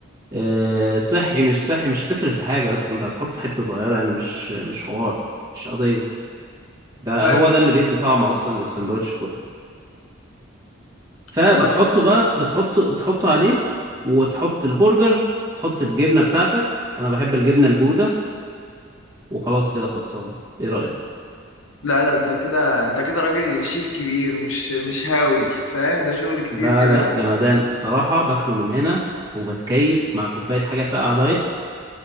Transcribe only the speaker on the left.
حلو
والله انت
لا ده انت كده انت كده راجل شيف كبير مش مش هاوي فاهم ده شغل كتير
كده